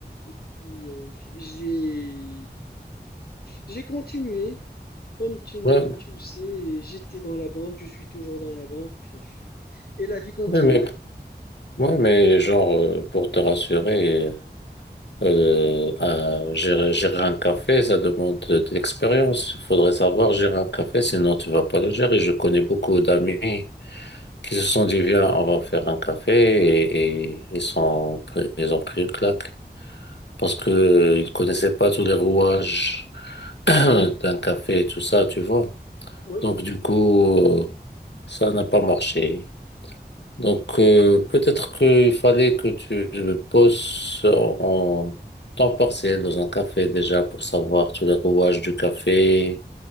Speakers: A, on the left; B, on the left.
A: Et puis, euh, j'ai, j'ai continué. Comme tu, m-
B: ouais,
A: tu le sais, j'étais dans la banque, je suis toujours dans la banque. Et la vie continue.
B: ouais, mais, ouais, mais genre, euh, pour te rassurer, euh, euh, gérer, gérer un café, ça demande de, de l'expérience. Il faudrait savoir gérer un café, sinon tu vas pas le gérer. Je connais beaucoup d'amis. qui se sont dit, viens, on va faire un café et, et ils sont, pris- ils ont pris une claque parce que ils connaissaient pas tous les rouages <clears throat> d'un
A: Oui,
B: café et tout ça, tu vois.
A: oui.
B: Donc, du coup, euh, ça n'a pas marché. Donc, euh, peut-être qu'il fallait que tu me poses en temps partiel dans un café déjà pour savoir tous les rouages du café,